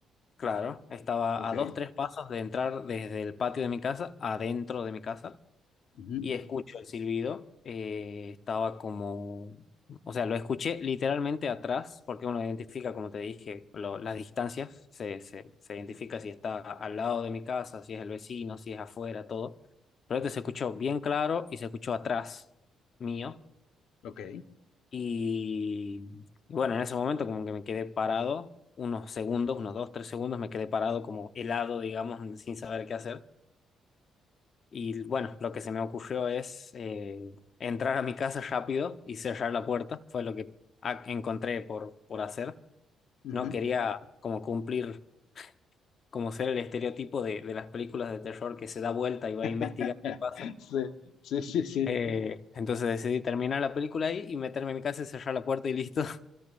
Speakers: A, on the left (about 50°); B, on the left (about 80°).
A: claro, estaba
B: Ok,
A: a dos, tres pasos de entrar desde el patio de mi casa, adentro de mi casa.
B: ujú,
A: y escucho el silbido. eh, estaba como, o sea, lo escuché literalmente atrás, porque uno identifica, como te dije, lo- las distancias, se, se, se identifica si está al lado de mi casa, si es el vecino, si es afuera, todo. Pero este se escuchó bien claro y se escuchó atrás mío.
B: ok,
A: Y, y bueno, en ese momento como que me quedé parado unos segundos, unos dos, tres segundos, me quedé parado como helado, digamos, <laughs> sin saber qué hacer. Y bueno, lo que se me ocurrió es eh, entrar a mi casa rápido y cerrar la puerta. Fue lo que a- encontré por, por hacer.
B: ujú.
A: No quería como cumplir, como ser el estereotipo de, de las películas de terror que se da vuelta y va a investigar
B: <laughs>
A: qué pasa.
B: Sí, sí, sí, sí.
A: Eh, entonces decidí terminar la película ahí y meterme en mi casa y cerrar la puerta y listo.